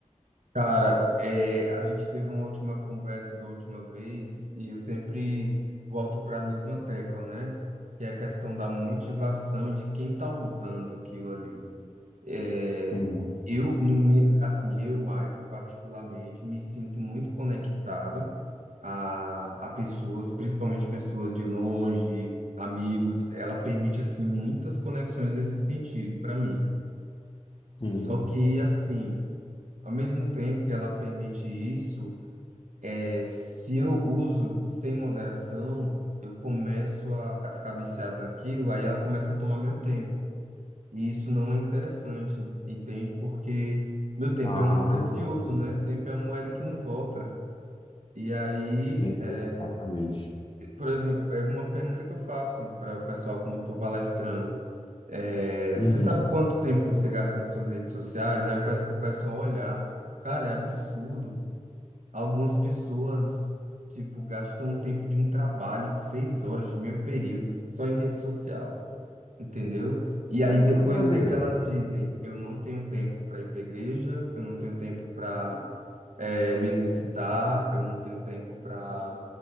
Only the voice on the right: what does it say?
Cara, é, a gente teve uma última conversa da última vez e eu sempre volto para a mesma tecla, né? Que é a questão da motivação e de quem tá usando aquilo ali. É,
eu, no, mi- assim, eu, Michael, particularmente, me sinto muito conectado a, a pessoas, principalmente pessoas de longe, amigos. Ela permite, assim, muitas conexões nesse sentido, para mim.
Só que, assim, ao mesmo tempo que ela permite isso, é, se eu uso sem moderação, eu começo a, a ficar viciado naquilo, aí ela começa a tomar meu tempo. E isso não é interessante, entende? Porque meu tempo
é muito precioso,
né? Tempo é a moeda que não volta. E aí,
é,
por exemplo, é uma pergunta que eu faço para o pessoal quando estou palestrando. É,
você sabe quanto tempo você gasta nas suas redes sociais? Aí eu peço para o pessoal olhar. Cara, é absurdo. Algumas pessoas, tipo, gastam o tempo de um trabalho de seis horas, de meio período, só em rede social. Entendeu? E aí
depois
o que que elas
dizem? Eu não tenho tempo para ir para a igreja, eu não tenho tempo para me exercitar, eu não tenho tempo para